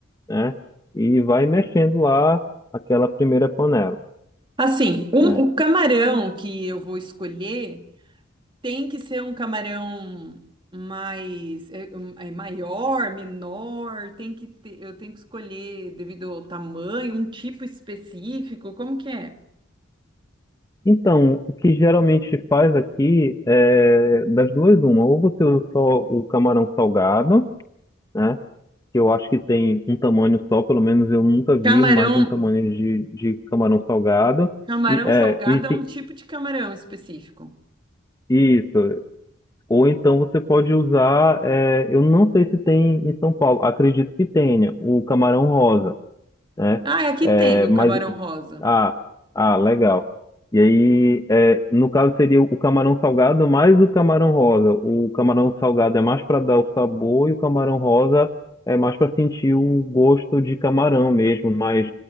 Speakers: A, on the left; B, on the right.
A: né, e vai mexendo lá aquela primeira panela,
B: Assim, um-
A: né.
B: o camarão que eu vou escolher tem que ser um camarão mais... É, um- é maior, menor? Tem que ter, eu tenho que escolher devido ao tamanho, um tipo específico? Como que é?
A: Então, o que geralmente faz aqui é das duas uma, ou você usa só o camarão salgado, né, que eu acho que tem um tamanho só, pelo menos eu nunca vi
B: Camarão,
A: mais de um tamanho de, de camarão salgado,
B: camarão
A: e, é,
B: salgado
A: e tem,
B: é um tipo de camarão específico.
A: isso, Ou então você pode usar, é, eu não sei se tem em São Paulo, acredito que tenha, o camarão rosa, né?
B: Ah, aqui
A: É,
B: tem o
A: mas,
B: camarão rosa.
A: ah, ah, legal. E aí, é, no caso seria o camarão salgado mais o camarão rosa. O camarão salgado é mais para dar o sabor e o camarão rosa é mais para sentir o gosto de camarão mesmo, mais,